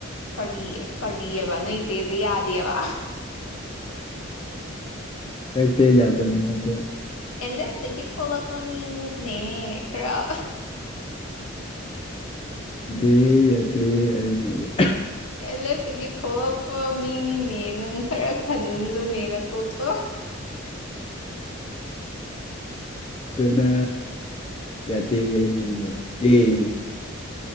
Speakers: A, on the left; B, on the left.
A: ꯀꯔꯤ ꯀꯔꯤꯑꯕ ꯅꯣꯏ ꯏꯆꯦꯁꯦ ꯌꯥꯗꯦꯕ
B: ꯀꯛꯇ ꯌꯥꯗꯕꯅꯦ
A: ꯑꯦꯂꯦꯐꯇꯒꯤ ꯊꯣꯛꯂꯛꯄ ꯃꯤꯅꯤꯅꯦ ꯈꯔ
B: ꯗꯦ ꯌꯥ ꯗꯦꯅꯦ
A: ꯑꯦꯂꯦꯞꯇꯒꯤ ꯊꯣꯛꯂꯛꯄ ꯃꯤꯅꯤꯅꯦ ꯅꯪ ꯈꯔ ꯈꯟꯂꯨꯅꯦ ꯅ ꯀꯄ
B: ꯅ ꯌꯥꯗꯦ ꯑꯩꯅ ꯌꯥꯅꯤꯡꯗꯦ